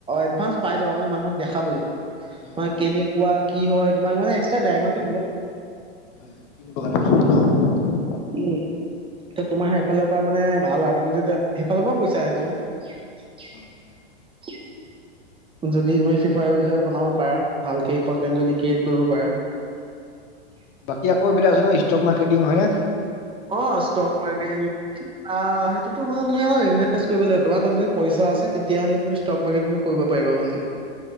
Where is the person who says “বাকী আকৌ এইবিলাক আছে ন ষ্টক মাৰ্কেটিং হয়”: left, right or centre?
Left